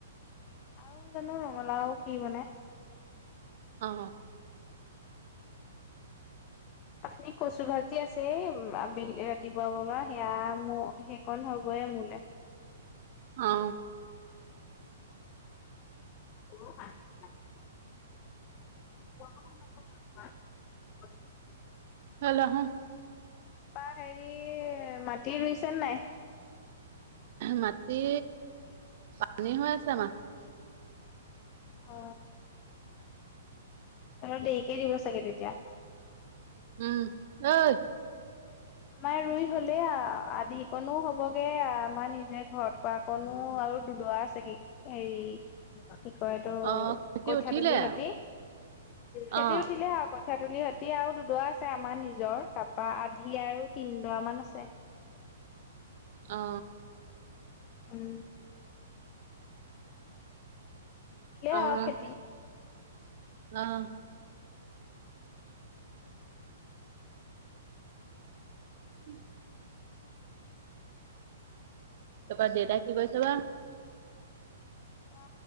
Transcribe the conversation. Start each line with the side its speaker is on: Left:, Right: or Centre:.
Left: আৰু জানো ৰঙালাও কি বনায়?
Right: অ।
Left: অথনি কচু ভাজি আছেই। আবেলি ৰাতিপুৱা বনোৱা সেয়া ম সেইকণ হবয়ে মোলে।
Right: অ।
Left: <unintelligible> <unintelligible>
Right: ঐ লৰা হো।
Left: তাপা হেৰি মাটি ৰুইছেনে নাই?
Right: মাটি পানী হৈ আছে আমাৰ।
Left: অ। অলপ দেৰিকে দিব চাগে তেতিয়া।
Right: উম, ঐ
Left: আমাৰ ৰুই হ'লে আ। আধিকনো হবগে আমাৰ নিজে ঘৰত কৰা কনো আৰু দুদৰা আছেগে হেৰি কি কয় এইটো
Right: অ', ভাইটি
Left: কঠীয়া
Right: উঠিলে
Left: তুলিৰ হ,
Right: অ',
Left: খেতি
Right: অ',
Left: উঠিলে আকৌ কঠীয়াতুলি হতি আৰু দুডৰা আছে আমাৰ নিজৰ। তাপা আধি আৰু তিনডৰামান আছে।
Right: অ।
Left: উম। উঠিলে
Right: অ,
Left: আৰু খেতি
Right: অ। <inaudible> তাপা দেতাই কি কৰিছে বা?
Left: দেতা